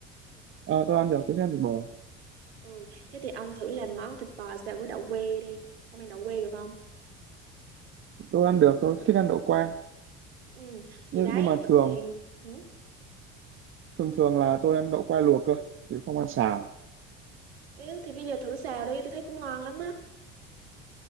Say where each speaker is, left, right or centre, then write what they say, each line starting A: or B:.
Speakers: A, on the right (about 40°); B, on the right (about 80°).
A: Ờ, tôi ăn được tôi thích ăn thịt bò
B: Ừ, thế thì ông thử làm món thịt bò xào với đậu que đi. Ông ăn đậu que được không?
A: tôi ăn được tôi thích ăn đậu que
B: Ừ, thì
A: nhưng
B: đấy,
A: nhưng mà thường
B: thì ừ.
A: thường thường là tôi ăn đậu que luộc cơ chứ không ăn xào
B: Yếu thì bây giờ thử xào đi, tôi thấy cũng ngon lắm á.